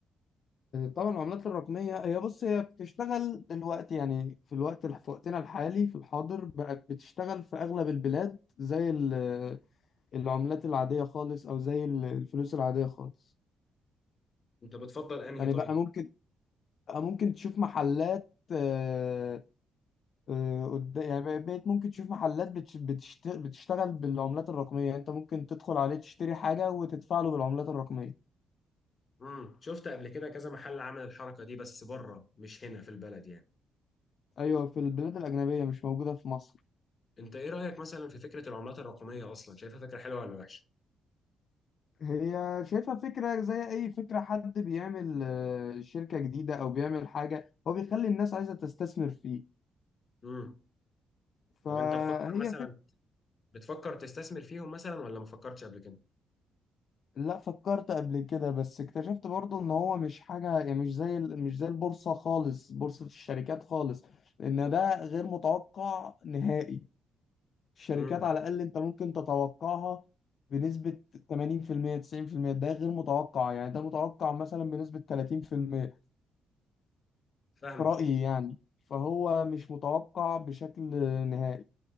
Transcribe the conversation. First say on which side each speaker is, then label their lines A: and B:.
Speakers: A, on the left (about 55°); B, on the left (about 40°).
A: طبعا العملات الرقمية هي بص هي بتشتغل دلوقتي يعني في الوقت في وقتنا الحالي في الحاضر بقت بتشتغل في أغلب البلاد زي ال- العملات العادية خالص أو زي ال- الفلوس العادية خالص
B: انت بتفضل انهي
A: يعني
B: طيب
A: بقى ممكن بقى ممكن تشوف محلات آه، آه، قد- يعني بقيت ممكن تشوف محلات بتش- بتشت- بتشتغل بالعملات الرقمية يعني أنت ممكن تدخل عليه تشتري حاجة وتدفع له بالعملات الرقمية
B: امم شفت قبل كده كذا محل عمل الحركه دي بس بره مش هنا في البلد يعني
A: أيوة في البلاد الأجنبية مش موجودة في مصر
B: انت ايه رايك مثلا في فكره العملات الرقميه اصلا شايفها فكره حلوه ولا وحشه
A: هي شايفها فكرة زي أي فكرة حد بيعمل آه، شركة جديدة أو بيعمل حاجة هو بيخلي الناس عايزة تستثمر فيه
B: امم
A: فهي
B: طب انت بتفكر مثلا
A: فكرة
B: بتفكر تستثمر فيهم مثلا ولا ما فكرتش قبل كده
A: لا فكرت قبل كده بس اكتشفت برضو إن هو مش حاجة يعني مش زي ال- مش زي البورصة خالص بورصة الشركات خالص لأن ده غير متوقع نهائي الشركات
B: امم
A: على الأقل أنت ممكن تتوقعها بنسبة 80% 90% ده غير متوقع يعني ده متوقع مثلا بنسبة 30%
B: فاهم
A: في رأيي يعني فهو مش متوقع بشكل نهائي